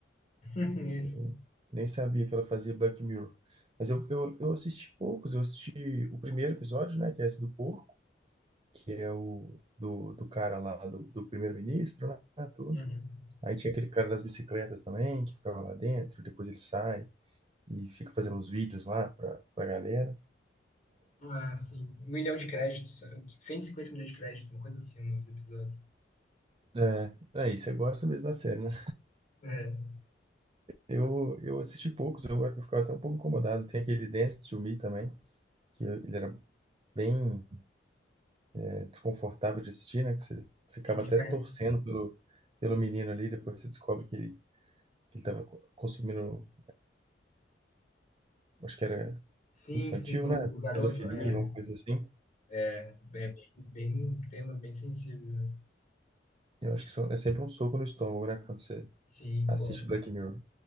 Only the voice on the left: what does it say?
<laughs> Isso.
Uhum.
Ah, sim. Um milhão de créditos. cento e cinquenta milhões de créditos, uma coisa assim, o nome do episódio.
É,
que ele
fica
Sim,
sim, do,
do garoto,
é,
é bem, bem- temas bem sensíveis, né?
Sim,
pô,